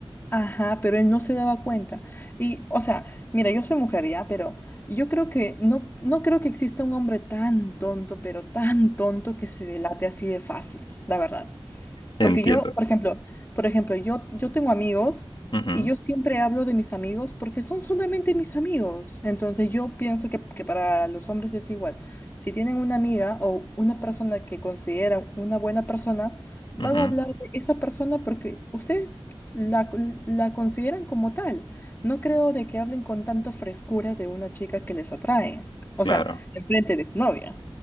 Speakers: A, on the left; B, on the left.
A: Ajá, pero él no se daba cuenta. Y, o sea, mira, yo soy mujer ya, pero yo creo que no, no creo que exista un hombre tan tonto, pero tan tonto que se delate así de fácil, la verdad.
B: Entiendo.
A: Porque yo, por ejemplo, por ejemplo, yo, yo tengo amigos
B: Ujú,
A: y yo siempre hablo de mis amigos porque son solamente mis amigos. Entonces yo pienso que, que para los hombres es igual. Si tienen una amiga o una persona que consideran una buena persona, van
B: ujú,
A: a hablar de esa persona porque ustedes la, la consideran como tal. No creo de que hablen con tanta frescura de una chica que les atrae. O
B: claro.
A: sea, enfrente de su novia.